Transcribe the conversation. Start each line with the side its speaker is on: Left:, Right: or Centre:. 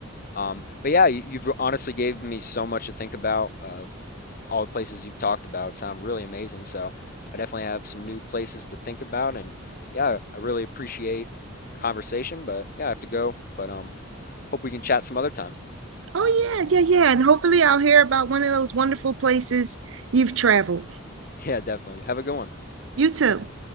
Left: Um, but yeah, you, you've honestly gave me so much to think about. Uh, all the places you've talked about sound really amazing. So I definitely have some new places to think about. And yeah, I really appreciate conversation, but yeah, I have to go. But um, hope we can chat some other time. <laughs>
Right: Oh, yeah, yeah, yeah. And hopefully I'll hear about one of those wonderful places you've traveled.
Left: Yeah, definitely. Have a good one.
Right: You too.